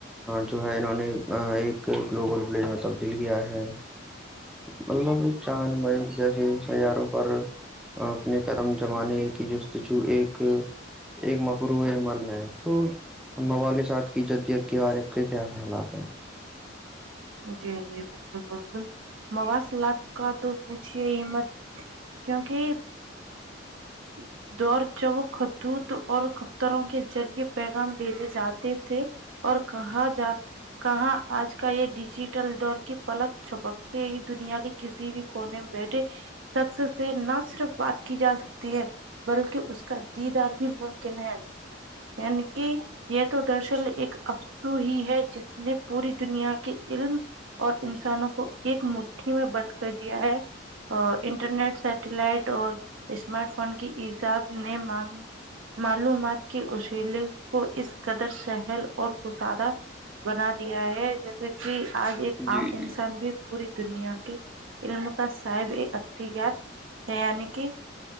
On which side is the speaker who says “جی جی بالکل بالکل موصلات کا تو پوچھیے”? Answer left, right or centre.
Right